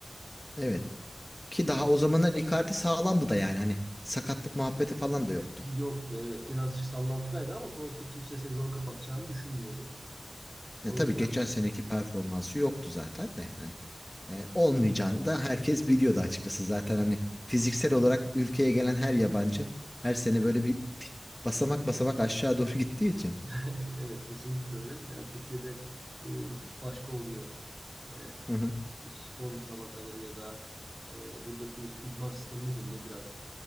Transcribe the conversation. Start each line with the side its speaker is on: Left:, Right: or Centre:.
Left: Evet. Ki
Right: O
Left: daha o zamanlar Icardi sağlamdı da yani hani sakatlık muhabbeti falan da yoktu.
Right: yoktu evet. Birazcık sallantıdaydı ama sonuçta kimse sezonu kapatacağını düşünmüyordu. O
Left: Ya tabii
Right: yüzden
Left: geçen seneki performansı yoktu zaten de hani e, olmayacağını da herkes biliyordu açıkçası. Zaten hani fiziksel olarak ülkeye gelen her yabancı her sene böyle bir <laughs> basamak basamak aşağı doğru gittiği için.
Right: <laughs> Evet kesinlikle öyle. Yani Türkiye'de e, başka oluyor. E,
Left: Hı hı.
Right: spor müsabakaları ya da e, buradaki idman sistemi midir nedir artık?